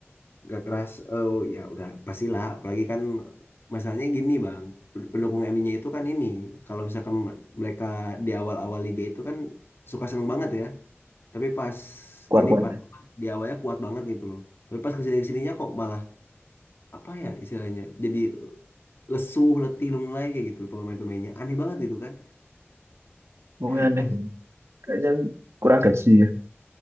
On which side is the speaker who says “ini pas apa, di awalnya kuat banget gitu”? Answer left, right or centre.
Left